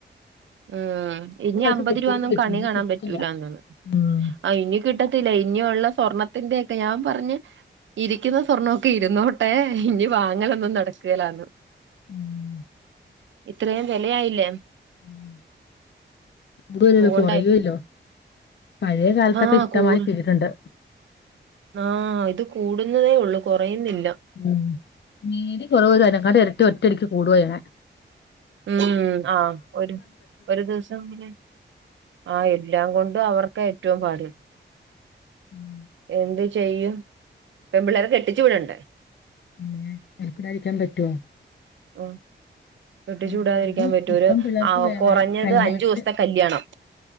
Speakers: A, on the right; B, on the left.
A: ഉം ഇനി
B: കാലത്ത്
A: അമ്പത്
B: കിട്ടിയവർക്ക്
A: രൂപന്നും
B: കിട്ടി
A: കണ്ണ്
B: ഇനി
A: കാണാൻ
B: കിട്ടുന്നില്ല
A: പറ്റൂലന്നന്ന്..
B: ഉം
A: ആ ഇനി കിട്ടത്തില്ല ഇനള്ള സ്വർണത്തിന്റെൊക്കെ ഞാൻ പറഞ്ഞ് ഇരിക്കുന്ന സ്വർണമൊക്കെ ഇരുന്നോട്ട ട്ടേ ഇനി വാങ്ങലൊന്നും നടക്കേലാന്ന്
B: ഉം
A: ഇത്രയും വെലയായില്ലേ?
B: ഉം കൂടല്ലല്ലോ
A: അതുകൊണ്ടായി
B: കുറയല്ലോ പഴയ കാലത്തൊക്കെ
A: ആഹ്
B: ഇഷ്ടമായി
A: കൂടു
B: തട്ടുണ്ട്
A: ആഹ് ഇത് കൂടുന്നതേ ഒള്ളൂ കൊറയുന്നില്ല
B: ഉം മീരി കുറവ് ള്ളതിനെക്കാണ്ട് ഇരട്ടി ഒറ്റ ഇടക്കി കൂടുയന
A: ഉം ആഹ ഒരു ഒരു ദിവസംനെ ആ എല്ലാം കൊണ്ട് അവർക്ക് ഏറ്റവും പാടില്ല
B: ഉം
A: എന്ത് ചെയ്യും? പെൺമ്പിള്ളേരെ കെട്ടിച്ചു വിടണ്ടേ
B: പിന്നെ എടുക്കിടാതിരിക്കാൻ പറ്റുമോ
A: ഉ കെട്ടി
B: എൻ-
A: ച്ച് വിടാതിരിക്കാൻ
B: അതും
A: പറ്റൂല
B: ഇപ്പം പിള്ളേർക്ക്
A: ആ
B: വേ-
A: കൊറഞ്ഞത്
B: വേ- കല്യാണത്തിന്
A: അഞ്ചു ദിവസത്തെ കല്യാണം.